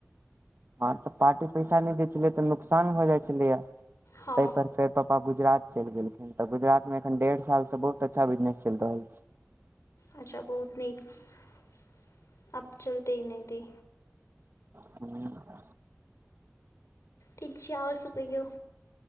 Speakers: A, on the right (about 45°); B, on the left (about 80°).
A: हँ तऽ पार्टी पैसा नहि दै छलियै तऽ नुकसान भ' जाइ छलैया
B: हँ
A: तै पर फेर पप्प पा गुजरात चलि गेलखिन तऽ गुजरात मे एखन डेढ़ साल से बहुत अच्छा बिजनेस चलि रहल छै
B: अच्छा बहुत नीक -- अब चलते नहि ते
A: <unintelligible>
B: ठीक छै आओर सब कहियौ